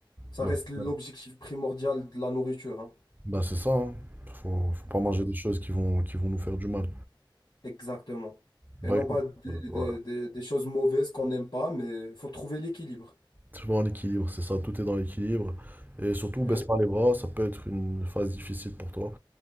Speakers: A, on the left; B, on the right.
A: Ça
B: Bah,
A: reste l'objectif
B: bah,
A: primordial de la nourriture, hein.
B: bah, c'est ça, hein. Faut, faut pas manger
A: Euh,
B: des choses qui vont, qui vont nous faire du mal.
A: Exactement.
B: Bah
A: Et non
B: écoute,
A: pas des,
B: euh, ouais,
A: des- des- des choses mauvaises qu'on n'aime pas, mais il faut trouver l'équilibre.
B: c'est vraiment l'équilibre, c'est ça, tout est dans l'équilibre. Et surtout,
A: Ouais.
B: baisse pas les bras, ça peut être une phase difficile pour toi,